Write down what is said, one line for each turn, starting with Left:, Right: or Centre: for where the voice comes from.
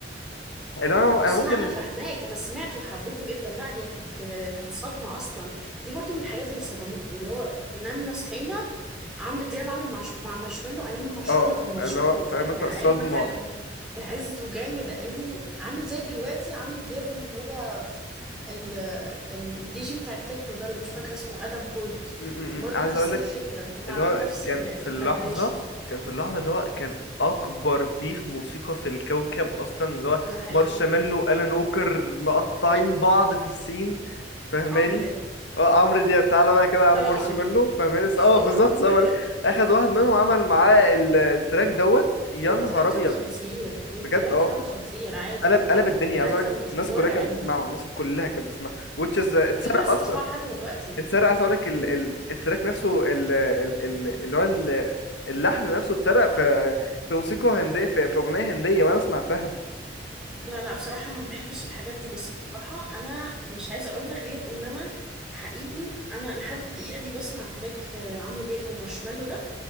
Left: اللي انا
Centre: بس
Left: انا ممكن
Centre: لا انا فاهماك انا سمعته وحبيته جدا لا هي كانت كانت صدمه اصلا دي برضو من الحاجات اللي صدمتني اللي هو نمنا صحينا عمرو دياب عامل مارش... مع مارشميلو ايام ما مارشميلو
Left: اه
Centre: كان مارشميلو
Left: اللي هو فاهم
Centre: فاهم
Left: انت
Centre: يعني
Left: الصدمه
Centre: ايام ما كان عزه جامد قوي عامل زي دلوقتي عمرو دياب اللي هو ال الدي جي بتاع التكنو ده اللي مش فاكرة
Left: م-
Centre: اسمه ادم بورت
Left: م-
Centre: برضو
Left: م. عايز
Centre: نفس
Left: اقول
Centre: الفكرة
Left: لك
Centre: هم
Left: اللي
Centre: عاملين
Left: هو
Centre: نفس
Left: كان
Centre: الكولابوريشن
Left: في اللحظة كان في اللحظة اللي هو كان أكبر بيف موسيقى في الكوكب أصلا اللي هو
Centre: ده حقيقي
Left: مارشميلو وألان ووكر مقطعين بعض في السين فاهماني؟
Centre: عمرو دياب
Left: اه عمرو دياب تعالى بقى كده يا عم
Centre: سلام
Left: مارشميلو
Centre: عليكم
Left: فاهماني؟ س- اه بالظبط
Centre: <laughs> حرفيا
Left: سمري أخد واحد منهم عمل معاه ال- التراك دوت يا
Centre: والتراك
Left: نهار
Centre: كان
Left: أبيض
Centre: خطير والتراك
Left: بجد اه
Centre: كان خطير عادي
Left: قلب قلب الدنيا
Centre: التراك
Left: عايز أقول
Centre: كان
Left: لك الناس
Centre: مرعب
Left: كلها كانت بتسمعه الناس كلها كانت بتسمعه which is اتسرق
Centre: على فكرة لسه
Left: أصلا
Centre: بسمعه لحد دلوقتي
Left: اتسرق عايز اقول لك ال...
Centre: مين
Left: ال... التراك نفسه ال... ال... ال... اللي هو ال... اللحن نفسه اتسرق في في موسيقى هنديه في, في اغنيه هنديه وانا سمعتها
Centre: لا لا لا بصراحة أنا ما بحبش الحاجات دي بس بصراحة أنا مش عايزة أقول لك غير إن أنا حقيقي أنا لحد الدقيقة دي بسمع تراك آه، عمرو دياب ومارشميلو ده